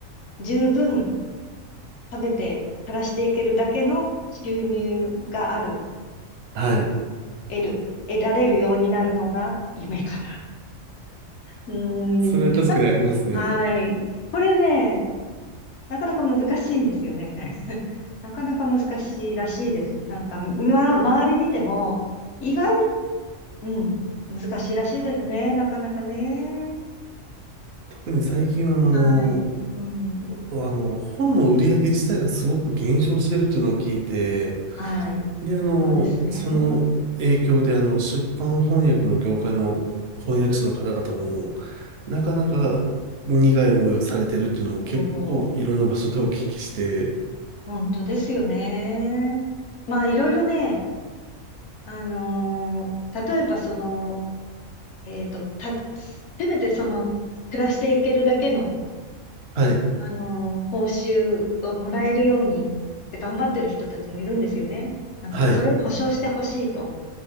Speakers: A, on the left (about 65°); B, on the right (about 65°).
A: 十分食べて暮らしていけるだけの収入がある、
B: はい。
A: 得る、得られるようになるのが夢かな。うー
B: それは確かにありますね。
A: ん、なんか、はい。これね、なかなか難しいんですよね。<laughs> なかなか難しいらしいです。なんか、ま、周り見ても、意外、うん、難しいらしいですね。なかなかね。
B: 特に最近はあの、
A: はい。うん。
B: おあの、本の売り上げ自体がすごく減少してるっていうのを聞いて、
A: はい。
B: で、あの、
A: そうですね。
B: その影響で、あの、出版翻訳の業界の翻訳者の方々も、なかなか苦い思いをされてるっていうのを結構いろんな場所でお聞きして、
A: そう、本当ですよね。まあ、いろいろね、あのー例えばその、えっと、た、せめてその、暮らしていけるだけの
B: はい、
A: あの、報酬をもらえるようにって頑張ってる人たちもいるんですよね。なんか、
B: はい、
A: それを保証してほしいと。